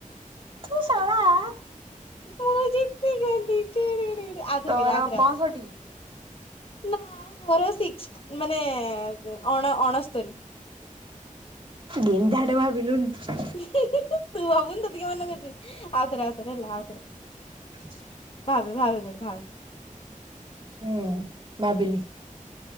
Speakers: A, on the right; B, on the left.
A: ତୁ! !!!!!!!!!
B: ମୁଁ ଜିତିଗଲି ଟୁଡୁ ଡୁ ଡୁ ଆଉ ଥରେ
A: ତୋର
B: କରିବା ଆଉ ଥରେ
A: ପଞ୍ଚଷଠି
B: ଆଉ ଥରେ। ନା ମୋର ସିକ୍ ଥ ମାନେ ଅଣ-ଅଣସ୍ତୋରୀ।
A: ଗେନ୍ଧାଟେ ଭାବିଲୁନି ତୁ
B: ହିଁ ହିଁ ହିଁ ତୁ ଭାବୁନୁ ତତେ କିଏ ମନା କରୁଚି ଆଉଥରେ ଆଉଥରେ ହେଲା ଆଉଥରେ।
A: <unintelligible>
B: ଭାବେ ଭାବେ ଗୋଟେ ଭାବେ
A: ହୁଁ ଭାବିଲି।